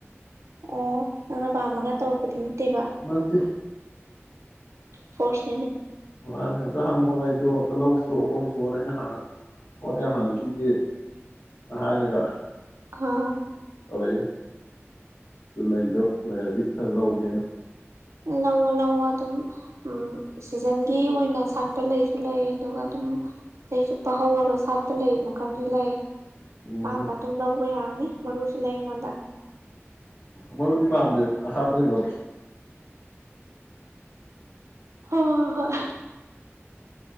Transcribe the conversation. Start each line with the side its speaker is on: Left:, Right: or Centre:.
Right: ꯑꯣ ꯅꯪꯅ ꯄꯥꯝꯃꯒ ꯇꯧꯔꯛꯄꯗꯤ ꯅꯠꯇꯦꯕ
Left: ꯅꯠꯇꯦ
Right: ꯐꯣꯔꯁ
Left: ꯑ ꯑꯗ ꯍꯪ ꯍꯥꯏ ꯇ ꯂꯧꯁꯨ ꯍꯈꯣꯁꯨꯅ ꯑꯩꯅ ꯍꯥꯟꯅ ꯋꯥꯠ ꯌꯥꯝ ꯍꯪꯉꯛꯈꯤꯒꯦꯅ ꯍꯥꯏꯔꯒ
Right: ꯑꯥ
Left: ꯍꯣꯏ ꯑꯗꯨ ꯂꯩꯗꯣ ꯂꯩꯔꯗꯤ ꯈꯔ ꯂꯧꯒꯦꯅ
Right: ꯂꯍꯣ ꯂꯣ ꯑꯗꯨꯝ ꯎ ꯁꯤꯖꯟꯒꯤ ꯑꯣꯏꯅ ꯁꯥꯠꯄ ꯂꯩꯁꯨ ꯂꯩ ꯑꯗꯨꯒ ꯑꯗꯨꯝ ꯆꯍꯤ ꯆꯨꯞꯄ ꯍꯧꯔꯒ ꯁꯥꯠꯄ ꯂꯩ ꯃꯈꯟꯁꯨ ꯂꯩ
Left: ꯎꯝ
Right: ꯄꯥꯝꯕ ꯑꯗꯨꯝ ꯂꯧ ꯑꯣꯏ ꯌꯥꯅꯤ ꯃꯔꯨꯁꯨ ꯂꯩ ꯑꯩꯉꯣꯟꯗ
Left: ꯃꯕꯨꯗꯤ ꯄꯥꯑꯝꯗꯦꯕ ꯑ꯭ꯔꯦ ꯂ <inaudible>
Right: ꯍꯣꯏ ꯍꯣꯏ ꯍꯣꯏ